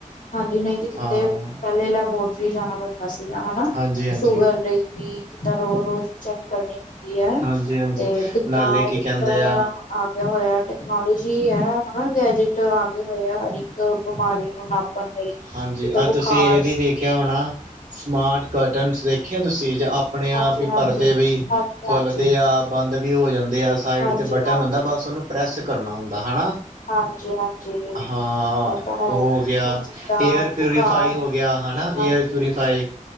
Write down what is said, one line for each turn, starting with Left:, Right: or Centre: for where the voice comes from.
Left: ਹਾਂਜੀ ਨਹੀਂ ਤੇ ਕਿਤੇ
Right: ਹਾਂ
Left: ਪਹਿਲੇ ਲੈਬੋਟਰੀ ਜਾਂਣਾਂ ਪੈਦਾ ਸੀਗਾ। ਹਾਂ
Right: ਹਾਂਜੀ ਹਾਂਜੀ
Left: ਸ਼ੂਗਰ ਲਈ ਵੀ ਜਿੱਦਾਂ ਰੋ-ਰੋਜ਼ ਚੈੱਕ ਕਰਨੀ ਹੁੰਦੀ ਹੈ।
Right: ਹਾਂਜੀ-ਹਾਂਜੀ
Left: ਤੇ ਜ
Right: ਨਾਲੇ
Left: ਤਾਂ ਉਹ
Right: ਕੀ
Left: ਇਸ
Right: ਕਹਿੰਦੇ
Left: ਤਰ੍ਹਾਂ ਦਾ
Right: ਆ
Left: ਆਂਦੇਆ ਹੋਇਆ ਟੈਕਨੋਲੋਜੀ। ਕਿ ਹੈ ਹਨਾ, ਗੈਜਟ ਆ ਗਏ ਹੋਏ ਆ ਹਰ ਇੱਕ ਬਿਮਾਰੀ ਨੂੰ ਨਾਪਣ ਲਈ।
Right: ਹਾਂਜੀ,
Left: ਜਿੱਦਾਂ ਬੁਖਾਰ
Right: ਅੱਜ ਤੁਸੀਂ ਇਹ ਵੀ ਵੇਖਿਆ ਹੋਣਾ ਸਮਾਰਟ ਕਰਟਨਸ ਦੇਖਿਆ ਤੁਸੀਂ ਜੇ ਅਪ ਆਪਣੇ-ਆਪ
Left: ਹਾਂਜੀ-ਹਾਂਜੀ,
Right: ਹੀ ਪਰਦੇ ਵੀ
Left: ਹਾਂਜੀ-ਹਾਂਜੀ,
Right: ਖੁੱਲਦੇ ਆਪ। ਬੰਦ ਵੀ ਹੋ ਜਾਂਦੇ ਆ ਸਾਈਡ
Left: ਹਾਂਜੀ-ਹਾਂਜੀ।
Right: ਤੇ ਬਟਨ ਹੁੰਦਾ ਬਸ ਓਨੂੰ ਪ੍ਰੈੱਸ ਕਰਨਾ ਹੁੰਦਾ ਹਨਾ
Left: ਹਾਂਜੀ-ਹਾਂਜੀ
Right: ਹਾਂ
Left: ਉਹ ਤਾਂ ਹੈ
Right: ਉ ਹੋਗਿਆ।
Left: ਹੁਣ ਜਿੱਦਾਂ
Right: ਏਅਰ ਪਿਊਰੀਫਾਈ
Left: ਬੁਖਾਰ
Right: ਹੋ ਗਿਆ ਹਨਾ, ਏਅਰ
Left: ਹਾਂਜੀ-ਹਾਂਜੀ,
Right: ਪਿਊਰੀਫਾਈ